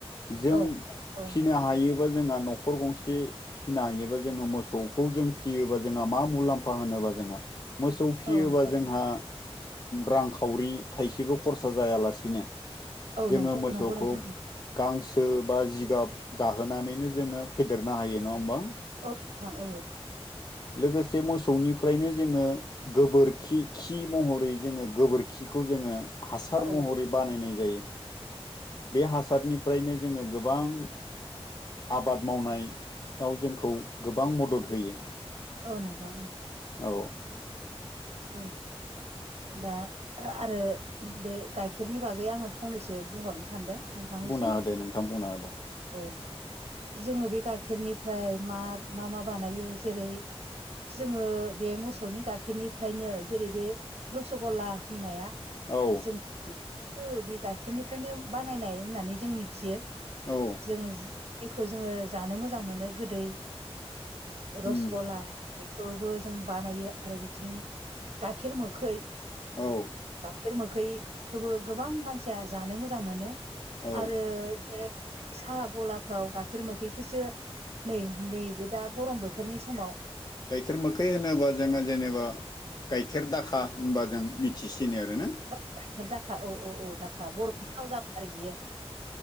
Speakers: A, on the right; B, on the left.
A: औ
B: जों
A: औ औ
B: फिनो
A: नोंथां
B: हायोबा जों न'खर गंसे फिनो हायोबा जोङो मोसौखौ जों फियोबा जोंहा मा मुलाम्फा होनोबा जोंहा मोसौ फियोबा
A: औ नोंथां
B: जोंहा रांखावरि थाइसेबो खरसा जायालासिनो
A: औ
B: जोङो मोसौखौ
A: नंगौ नोंथां
B: गांसो बा जिगाब जाहोनानैनो जोङो फेदेरनो हायो नङा होमबा?
A: औ नोंथां औ
B: लोगोसे मोसौनिफ्रायनो जोङो गोबोरखि खि महरै जोङो गोबोरखिखौ जोङो हासार
A: औ
B: महरै बानायनाय जायो। बे हासारनिफ्रायनो जोङो गोबां आबाद मावनायाव जोंखौ गोबां मदद होयो।
A: औ नोंथां
B: औ
A: औ दा आरो बे गाइखेरनि बागै आङो फंनैसो बुंहरनो सानदों। नोंथांनिसिम
B: बुंना होदो नोंथां बुंना होदो
A: औ जोङो बे गाइखेरनिफ्राय मा मा मा बानायो जेरै जोङो बे मोसौनि गाइाखेरनिफ्रायनो जेरै बे रुस गलला होननाया
B: औ
A: जों बे बे गाइखेरनिफ्रायनो बानायनाय होननानै जों मिथियो
B: औ
A: जों। जेखौ जोङो जानो मोजां मोनो गोदै रसगला
B: उम
A: खौबो जों बानायो आरो बिथिं गाइखेर मोखै गाइखेर
B: औ
A: मोखैखौबो गोबां मानसिया जानो मोजां मोनो,
B: औ
A: आरो बे साहा गलाफ्राव गाइखेर मोखै, बेसो नै नैबे दा गरम बोथोरनि समाव,
B: गाइखेर मोखै होनोबा जोङो जेनेबा गाइखेर दाखा होनबा जों मिथिसि सिनो आरो ना?
A: गाइखेर दाखा औ औ औ दाखा बर'नि राव जाबाय आरो बियो।